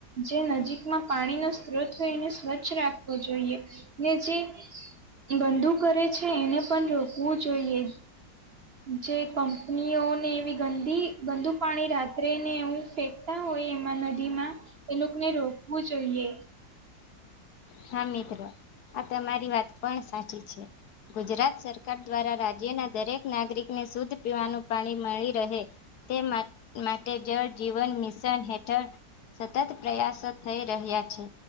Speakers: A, on the right (about 55°); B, on the left (about 70°).
A: જે નજીકમાં પાણીનો સ્ત્રોત હોય, એને સ્વચ્છ રાખવો જોઈએ, ને જે ગંદુ કરે છે, એને પણ રોકવું જોઈએ. જે કંપનીઓને એવી ગંદી, ગંદુ પાણી રાત્રે ને એવું ફેક ફેંકતા હોય એમાં નદી માં એ લોકને રોકવું જોઈએ.
B: હા, મિત્રો આ તમારી વાત પણ સાચી છે. ગુજરાત સરકાર દ્વારા રાજ્યના દરેક નાગરિકને શુદ્ધ પીવાનું પાણી મળી રહે. તે મા, માટે જળ જીવન મિશન હેઠળ સતત પ્રયાસો થઈ રહ્યા છે,